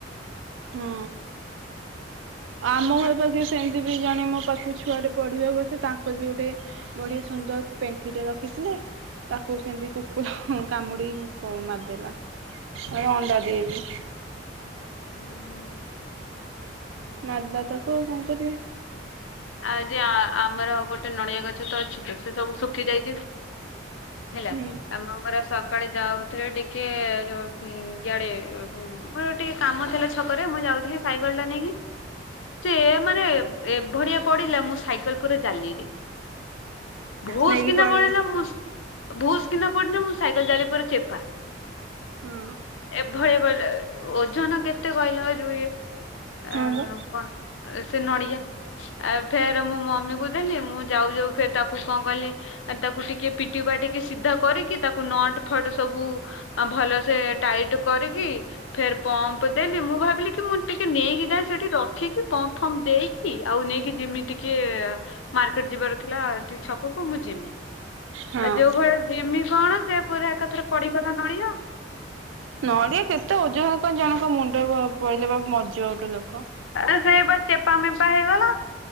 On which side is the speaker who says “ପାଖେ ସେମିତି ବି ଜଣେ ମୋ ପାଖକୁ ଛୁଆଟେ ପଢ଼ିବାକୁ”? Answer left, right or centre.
Right